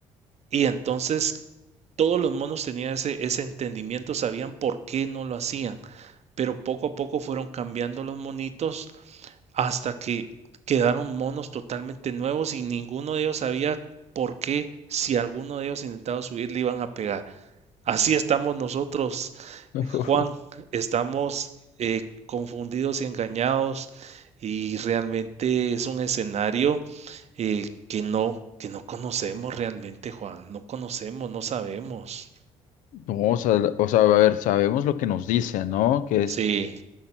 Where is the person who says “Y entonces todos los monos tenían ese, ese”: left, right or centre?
Right